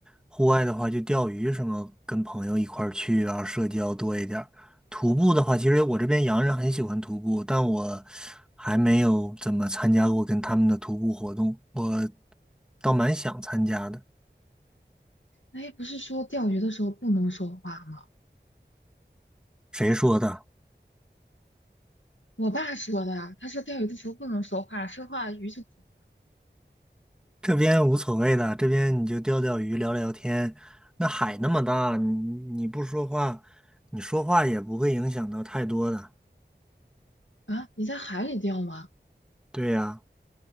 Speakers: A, in the centre; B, on the left.
A: 户外的话就钓鱼什么，跟朋友一块儿去啊，社交多一点儿。徒步的话，其实我这边洋人很喜欢徒步，但我还没有怎么参加过跟他们的徒步活动，我倒蛮想参加的。
B: 哎，不是说钓鱼的时候不能说话吗？
A: 谁说的？
B: 我爸说的啊，他说钓鱼的时候不能说话，说话鱼就跑。
A: 这边无所谓的，这边你就钓钓鱼、聊聊天。那海那么大，你你不说话，你说话也不会影响到太多的。
B: 啊，你在海里钓吗？
A: 对呀，